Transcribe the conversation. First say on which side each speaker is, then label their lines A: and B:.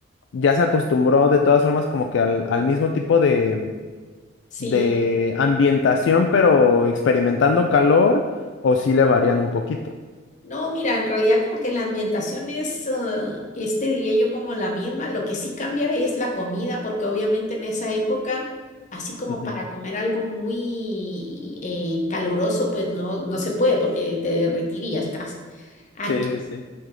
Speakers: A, on the left; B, on the left.
A: ya se acostumbró de todas formas como que al, al mismo tipo de,
B: Sí.
A: de ambientación, pero experimentando calor, o si le varían un poquito.
B: No, mira, en realidad como que la ambientación es, ah, este diría yo como la misma, lo que sí cambia es la comida, porque obviamente en esa época, así como
A: Ujú.
B: para comer algo muy eh, caluroso, pues no, no se puede porque te derretirías casi. Aquí,
A: Sí, sí.